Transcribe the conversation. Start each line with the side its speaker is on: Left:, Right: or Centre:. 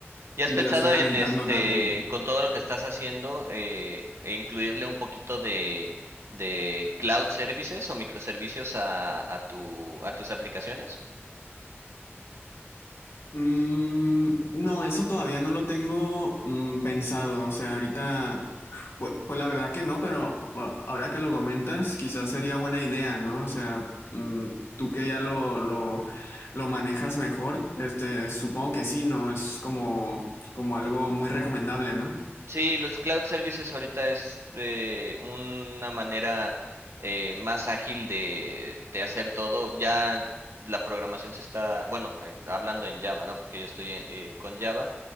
Right: ¿Y
Left: y
Right: has pensado
Left: me lo estoy aventando
Right: en este,
Left: también.
Right: con todo lo que estás haciendo, eh, incluirle un poquito de, de cloud services o microservicios a, a tu, a tus aplicaciones?
Left: Mm, no, eso todavía no lo tengo mm, pensado. O sea, ahorita, pues, pues la verdad que no, pero bueno, ahora que lo comentas, quizás sería buena idea, ¿no? O sea, mm, tú que ya lo, lo, lo manejas mejor, este, supongo que sí, ¿no? Es como, como algo muy recomendable, ¿no?
Right: Sí, los cloud services ahorita es eh, una manera eh, más ágil de, de hacer todo. Ya la programación se está, bueno, eh, hablando en Java, ¿no? Porque yo estoy eh, eh, con Java.